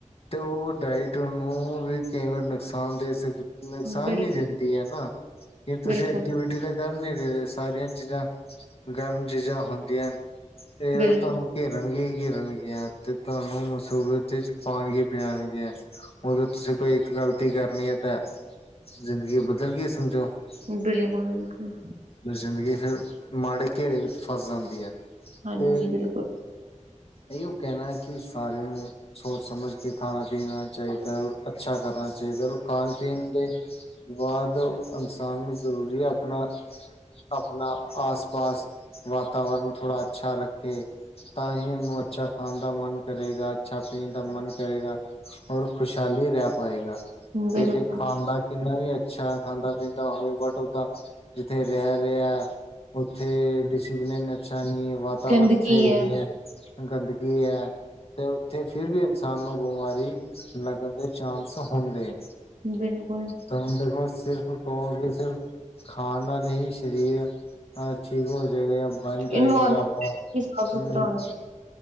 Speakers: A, on the left; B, on the right.
A: ਤੇ ਉਹ ਡਾਇਟ ਉਹਨੂੰ ਵੀ ਕਈ ਵਾਰ ਨੁਕਸਾਨ ਦੇ ਸਕਦੀ। ਨੁਕਸਾਨ
B: ਬਿਲ
A: ਨੀ ਦਿੱਤੀ ਏ ਨਾ ਕੀ ਤੁਸੀਂ
B: ਬਿਲਕੁਲ
A: ਐਕਟੀਵਿਟੀ ਦੇ <unintelligible> ਗ ਨ ਰ ਸਾਰੀਆਂ ਚੀਜ਼ਾਂ ਗਰਮ ਚੀਜ਼ਾਂ ਹੁੰਦੀਆਂ ਨੇ ਤੇ ਇਹ
B: ਬਿਲਕੁਲ
A: ਤੁਹਾਨੂੰ ਘੇਰਨਗੀ -ਘੇਰਨਗੀਆਂ ਤੇ ਤੁਹਾਨੂੰ ਮਸੂਬਤ ਚ ਪਾਣਗੇ। ਤੇ ਆਨਗੀਆਂ ਉਦੋਂ ਤੁਸੀਂ ਕੋਈ ਇੱਕ ਗਲਤੀ ਕਰਨੀ ਏ ਤੇ ਜ਼ਿੰਦਗੀ ਬ ਜਰਗੀ ਸਮਝੋ <unintelligible>
B: ਬਿਲਕੁਲ- ਬਿਲਕੁਲ।
A: ਜ਼ਿੰਦਗੀ ਫੇਰ ਮਾੜੇ ਘੇਰੇ ਵਿੱਚ ਫਸ ਜਾਂਦੀ ਐ
B: ਹਾਂਜੀ
A: ਤੇ
B: ਬਿਲਕੁਲ
A: ਇਹੋ ਕਹਿਣਾ ਹੈ ਕਿ ਸਾਰਿਆਂ ਨੂੰ ਸੋਚ- ਸਮਝ ਕੇ ਖਾਣਾ ਪੀਣਾ ਚਾਈਦਾ ਔਰ ਅੱਛਾ ਕਰਨਾ ਚਾਈਦਾ ਔਰ ਖਾਣ ਪੀਣ ਦੇ ਬਾਦ ਅਨਸਾਨ ਨੂੰ ਜ਼ਰੂਰੀ ਆਪਣਾ ਆਪਣਾ ਆਸ- ਪਾਸ ਵਾਤਾਵਰਨ ਥੋੜਾ ਅੱਛਾ ਰੱਖੇ। ਤਾਂ ਹੀ ਉਨੂੰ ਅੱਛਾ ਖਾਣ ਦਾ ਮਨ ਕਰੇਗਾ, ਅੱਛਾ ਪੀਣ ਦਾ ਮਨ ਕਰੇਗਾ ਔਰ ਖੁਸ਼ਆਲੀ ਰਹਿ ਪਾਏਗਾ ਤੇ
B: ਬਿਲਕੁਲ
A: ਜੇ ਖਾਣ ਦਾ - ਕਿੰਨਾ ਵੀ ਅੱਛਾ ਖਾਂਦਾ -ਪੀਂਦਾ ਹੋਵੇ ਬਟ ਓਹ ਤਾਂ ਜਿੱਥੇ ਰਹਿ ਰਿਐ ਉੱਥੇ ਡਿਸਿਪਲਿਨ ਅੱਛਾ ਨਹੀ, ਵਾਤਾਵਰਨ
B: ਗੰਦਗੀ
A: ਸਹੀ
B: ਹੈ
A: ਨਹੀਂ ਐ ਗੰਦਗੀ ਹੈ ਤੇ ਉੱਥੇ ਫਿਰ ਵੀ ਇਨਸਾਨ ਨੂੰ ਬੀਮਾਰੀ ਲੱਗਣ ਦੇ ਚਾਂਸ ਹੁੰਦੇ।
B: ਬਿਲਕੁਲ।
A: ਤਾਂ ਹੁਣ ਦੇਖੋ ਸਿਰਫ ਕਹੋਗੇ ਸਿਰਫ ਖਾਣ ਨਾਲ ਹੀ ਸਰੀਰ ਅਛਿਕ ਹੋ ਜਾਏਗਾ ਆ। ਬਨ ਜਾਏਗਾ
B: ਇਨਵਾਇਰਮੈਂਟ
A: ਤਾਂ ਆਪਾਂ
B: ਵੀ ਸਾਫ਼
A: ਹਮ
B: ਸੁਥਰਾ ਹੋਣਾ
A: <unintelligible>